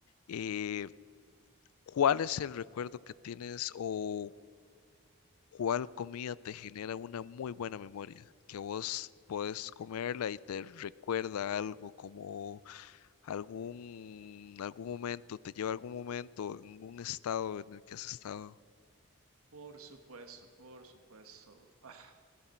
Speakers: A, on the left; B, on the right.
A: eh, ¿Cuál es el recuerdo que tienes o cuál comida te genera una muy buena memoria? Que vos podés comerla y te recuerda algo, como algún, algún momento, te lleva a algún momento, algún estado en el que has estado.
B: Por supuesto, por supuesto. <laughs> Ah,